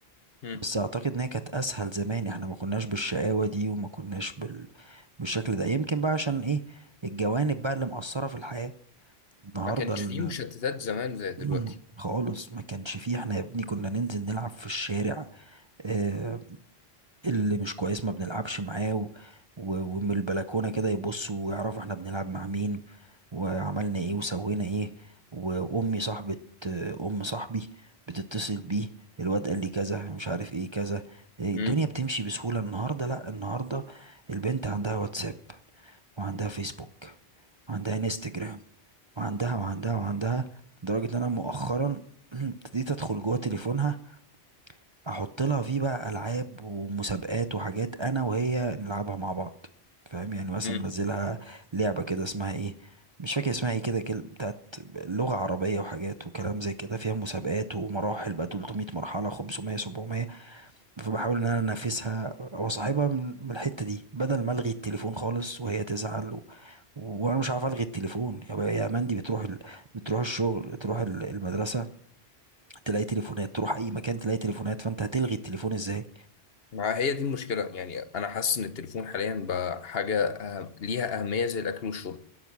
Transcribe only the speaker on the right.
بس اعتقد ان هي كانت اسهل زمان احنا ما كناش بالشقاوة دي وما كناش بال... بالشكل ده يمكن بقى عشان ايه الجوانب بقى اللي مأثرة في الحياة النهاردة
ال...
<clears throat> خالص ما كانش فيه احنا يا ابني كنا ننزل نلعب في الشارع آه، اللي مش كويس ما بنلعبش معاه و... و... ومن البلكونة كده يبصوا ويعرفوا احنا بنلعب مع مين وعملنا ايه وسوينا ايه وأمي صاحبة أم صاحبي بتتصل بيه الواد قال لي كذا مش عارف ايه كذا إيه،
الدنيا بتمشي بسهولة النهاردة لأ النهاردة البنت عندها واتساب وعندها فيسبوك وعندها انستجرام وعندها وعندها وعندها لدرجة ان انا مؤخرا <clears throat> ابتديت ادخل جوه تليفونها احط لها فيه بقى العاب ومسابقات وحاجات انا وهي نلعبها مع بعض فاهم يعني مثلا
منزلها لعبه كده اسمها ايه مش فاكر اسمها ايه كده كل- بتاعت لغه عربيه وحاجات وكلام زي كده فيها مسابقات ومراحل بقى 300 مرحله 500 700 فبحاول ان انا انافسها واصاحبها من من الحته دي بدل ما الغي التليفون خالص وهي تزعل و... وانا مش عارف الغي التليفون يا بقى- يا مندي بتروح ال... بتروح الشغل تروح ال- المدرسه تلاقي تليفونات تروح اي مكان تلاقي تليفونات فانت هتلغي التليفون ازاي